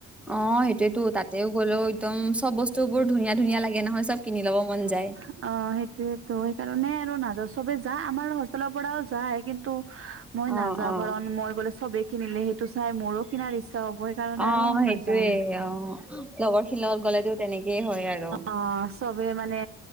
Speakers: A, in the centre; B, on the right.
A: অ সেইটোয়েতো তাতেও গলেও একদম টোবোৰ ধুনীয়া ধুনীয়া লাগে নহয় চব কিনি ল'ব মন যায়।
B: অ সেইটোয়েতো সেইকাৰণে আৰু নাজও, চবে যায় আমাৰ হোষ্টেলৰ পৰাও যায় কিন্তু মই
A: অ
B: নাযাও
A: অ
B: কাৰণ মই গ'লে চবে কিনিলে সেইটো চাই মোৰো কিনাৰ ইচ্ছা হ'বই। তাৰ কাৰনে
A: অ
B: আৰু
A: সেইটোয়ে
B: নাযাও,
A: অ লগৰখিনিৰ লগত গ'লেতো তেনেকেই হয় আৰু
B: অ। চবে মানে